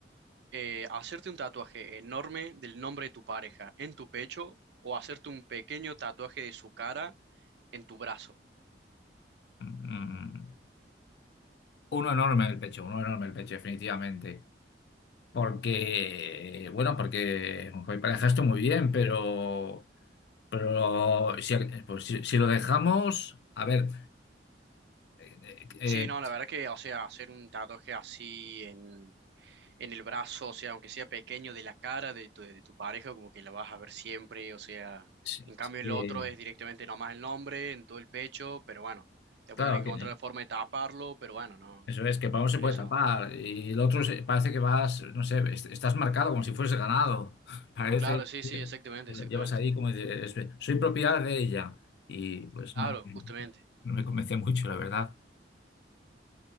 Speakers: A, on the right; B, on the left.
A: eh, hacerte un tatuaje enorme del nombre de tu pareja en tu pecho o hacerte un pequeño tatuaje de su cara en tu brazo.
B: Mm, Uno enorme el pecho, uno enorme el pecho, definitivamente. Porque, bueno, porque joder, parejaste muy bien, pero, pero si, pues si, si lo dejamos, a ver. eh, eh,
A: Sí, no, la verdad que, o sea, hacer un tatuaje así en, en el brazo, o sea, aunque sea pequeño, de la cara de tu, de tu pareja, como que la vas a ver siempre, o sea,
B: eh,
A: en cambio el
B: eh,
A: otro
B: eh,
A: es directamente nomás el nombre, en todo el pecho, pero bueno, después
B: claro,
A: tenés que
B: que
A: encontrar la forma de taparlo, pero bueno, no,
B: eso es, que Pablo se
A: en
B: puede
A: eso.
B: tapar y el otro se- parece que vas, no sé, est- estás marcado como si fuese ganado. <laughs> Parece
A: Claro, sí,
B: que
A: sí, exactamente,
B: lo
A: exactamente.
B: llevas ahí como dices, soy propiedad de ella. Y pues
A: Claro,
B: no, me-
A: justamente.
B: no me convence mucho, la verdad.